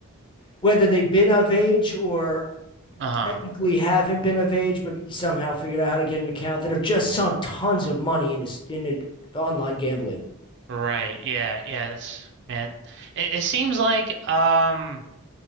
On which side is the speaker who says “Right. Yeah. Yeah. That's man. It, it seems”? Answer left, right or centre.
Right